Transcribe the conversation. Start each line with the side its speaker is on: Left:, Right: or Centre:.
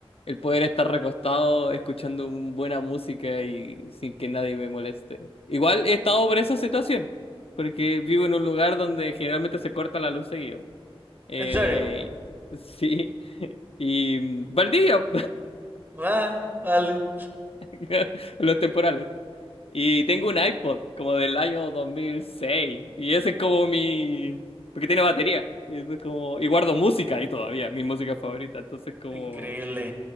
Left: el poder estar recostado escuchando un- buena música y sin que nadie me moleste. Igual he estado por esa situación, porque vivo en un lugar donde generalmente se corta la luz seguido. Eh,
Right: ¿En serio?
Left: sí. <laughs> Y mm, Valdivia,
Right: Va, vale.
Left: <laughs> los temporales. Y tengo un iPod como del año 2006. Y ese es como mi... Porque tiene batería. Y, eso es como... y guardo música ahí todavía, mi música favorita. Entonces como...
Right: Increíble.